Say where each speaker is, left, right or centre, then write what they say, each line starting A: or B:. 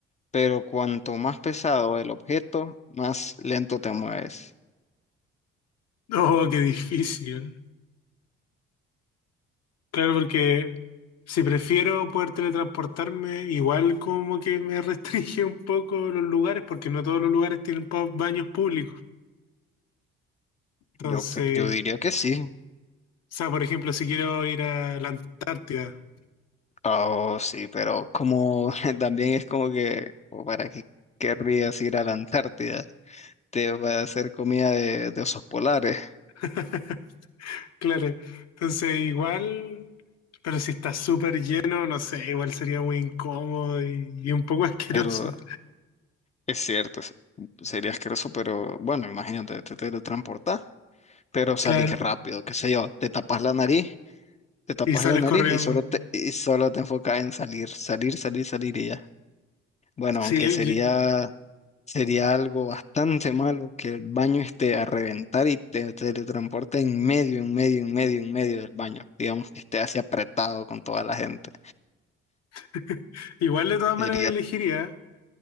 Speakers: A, on the left; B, on the left.
A: pero cuanto más pesado el objeto, más lento te mueves.
B: No, qué difícil. Claro, porque si prefiero poder teletransportarme, igual como que me restringe un poco los lugares, porque no todos los lugares tienen pa- baños públicos. Entonces,
A: Yo, cre- yo diría que sí.
B: sea, por ejemplo, si quiero ir a la Antártida.
A: Oh, sí, pero como <laughs> también es como que, o ¿para qué querrías ir a la Antártida? Te va a hacer comida de, de osos polares.
B: <laughs> Claro. Entonces, igual, pero si está súper lleno, no sé, igual sería muy incómodo y, y un poco <laughs> asqueroso.
A: Pero Es cierto, es- sería asqueroso, pero bueno, imagínate, te teletransportás, pero salís
B: Claro.
A: rápido, qué sé yo, te tapas la nariz, te tapas
B: Y sales
A: la nariz
B: corriendo.
A: y solo te, y solo te enfocas en salir, salir, salir, salir y ya. Bueno,
B: Sí,
A: aunque
B: y-
A: sería, sería algo bastante malo que el baño esté a reventar y te teletransporte en medio, en medio, en medio, en medio del baño. Digamos que esté así apretado con toda la gente.
B: <laughs> igual de todas maneras
A: Sería,
B: elegiría,